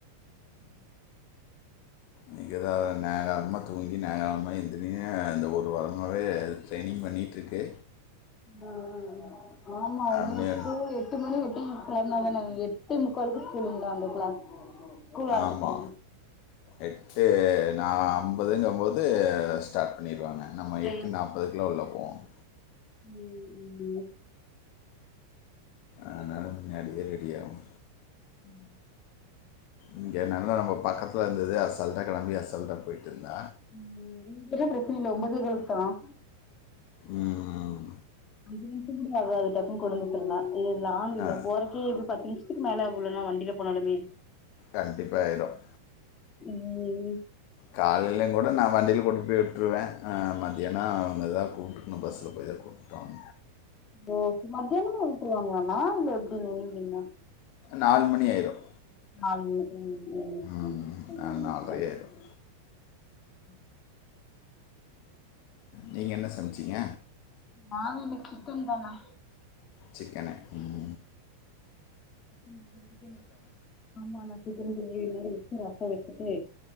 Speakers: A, on the left; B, on the left.
A: உம்
B: மிகதாவது நேகாலமாக தூங்கி நேகாலமா <inaudible> என இந்த ஒரு வாரமாவே ட்ரெயினிங் பண்ணிட்டுருக்கு
A: ம் ம் ஆமா
B: அப்படியே
A: ஏ ஸ்கூல் எட்டு மணி விட்டு கிளம்புனாதானே எட்டு முக்காளுகு ஸ்கூலுங்ளா அந்த கிளாஸ் ஸ்கூல் ஆரம்பிச்சிரு
B: ஆமா எட்டே நா ப்பதுங்கம்போது ஸ்டார்ட் பண்ணிடுவாங்க நம்ம
A: ப்ரேயர்ஸ்
B: எட்டு நாப்பதுகுள்ள உள்ள போனும்
A: ம் ம்ம் உ
B: ஆனாலும் <unintelligible> ரெடியாகு
A: <inaudible>
B: இங்கேனன்னா நம்ப பக்கத்துல இருந்தது அசால்ட்டா கெளம்பி அசால்ட்டா போயிட்டு இருந்த
A: ம் நீங்க என்ன பிரச்சனைலை <unintelligible>
B: ம்ம்
A: அஞ்சு நிமிஷம் கூட ஆகாது டக்குனு கொண்டுவந்துட்லாம். <unintelligible> ஆலில்ல
B: அது
A: போறக்கே எப்டி பத்து நிமிஷத்துக்கு <unintelligible> வண்டில போனாலுமே
B: கண்டிப்பாக ஆயிரும்
A: ம் ம்
B: காலலையும் கூட நா வண்டில கொண்டு போய் விட்டுருவேன் மத்தியான அவுங்க தான் கூப்ட்டுக்கணும் பஸ்ல போய் தான் கூப்டும்
A: ஓ மத்தியானம உட்டுருவாங்களாணா இல்ல எப்டி இவ்னிங்கா
B: நாலு மணி ஆயிரும்
A: <unintelligible>
B: ம், நாலு நாலரை
A: ம்
B: ஆயிரும் நீங்க என்ன சமச்சீங்க
A: நானும் இன்னைக்கு சிக்கன் தானா
B: சிக்கனு உம்
A: <unintelligible> ஆமாங் சிக்கன் கிரேவி மாரி வச்சுட்டு ரச வச்சுட்டு